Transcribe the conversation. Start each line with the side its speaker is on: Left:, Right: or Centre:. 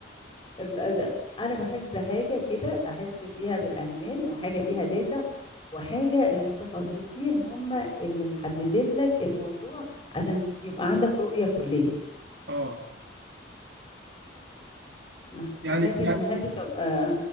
Left: أم- أنا بحب حاجة كده أحس فيها بالأمان وحاجة فيها دافع وحاجة المتخصصين هم اللي محددين لك الموضوع عشان يبقى عندك رؤية كلية
Right: اه
Left: ما
Right: يعني
Left: ما احبش
Right: يعني
Left: ما احبش ابقى